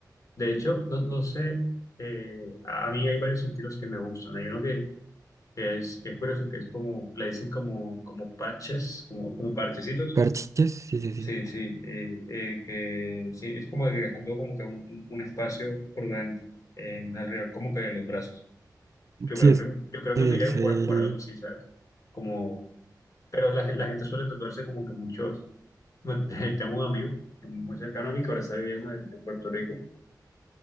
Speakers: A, on the left; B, on the right.
A: De hecho, no, no sé, eh, a a mí hay varios estilos que me gustan. Hay uno que que es, que es curioso, que es como, le dicen como, como parches, como, como parchecitos.
B: ¿Parches? Sí, sí, sí.
A: Sí, sí, eh, eh, que sí, es como que dejando como que un, un- un espacio prudente en alrededor como que de los brazos. Yo
B: Sí,
A: creo
B: es,
A: que, yo creo
B: es
A: que me iría por,
B: el,
A: por algo así, ¿sabes? Como, pero la, la gente suele tatuarse como que muchos, bueno, <laughs> tengo un amigo muy cercano a mí que ahora está viviendo en, en Puerto Rico